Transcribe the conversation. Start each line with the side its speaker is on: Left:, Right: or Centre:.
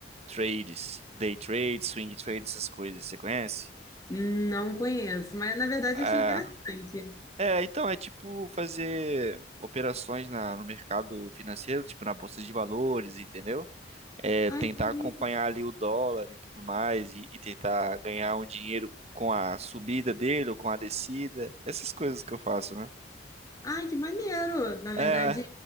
Right: trades, day trades, swing trades, essas coisas, você conhece?
Left: Não conheço, mas na verdade
Right: É,
Left: achei interessante.
Right: é, então é tipo fazer operações na, no mercado financeiro, tipo na bolsa de valores, entendeu? É
Left: Ai,
Right: tentar
Left: que bonito.
Right: acompanhar ali o dólar e tudo mais e, e tentar ganhar um dinheiro com a subida dele ou com a descida, essas coisas que eu faço, né?
Left: Ai, que maneiro! Na
Right: É,
Left: verdade,